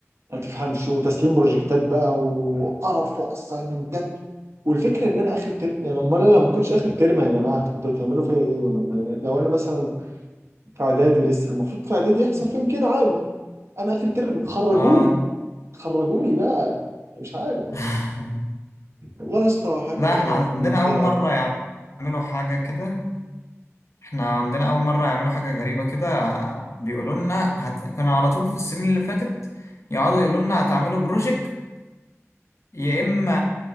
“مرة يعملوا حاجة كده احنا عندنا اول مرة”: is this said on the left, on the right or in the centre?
Left